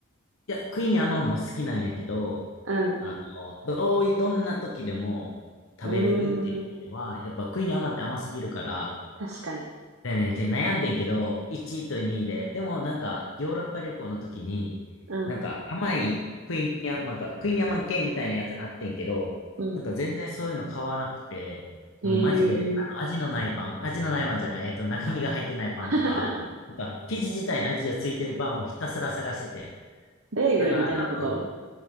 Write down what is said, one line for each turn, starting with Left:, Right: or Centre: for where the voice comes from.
Left: や、クイニーアマンも好きなんやけど、
Right: うん。
Left: あの、どうい、どんな時でも食べれるっていう意味では、
Right: うーん。
Left: やっぱクイニーアマンって甘すぎるから、
Right: 確かに。
Left: だよね、悩んでんけど、1位と2位で、でもなんか、ヨーロッパ旅行の時に、
Right: うん。
Left: なんか甘いクイニャ、なんかクイニャマン系みたいなやつあってんけど、
Right: うん。
Left: なんか全然そういうの買わなくて、
Right: へ
Left: でもマジで、
Right: え。
Left: あの、味のないパン、味のないパンじゃない、えっと、中身が入ってないパンとか、
Right: <laughs>
Left: なんか、生地自体の味がついてるパンをひたすら探しててん。
Right: ベーグルみたいなこと
Left: だから多分、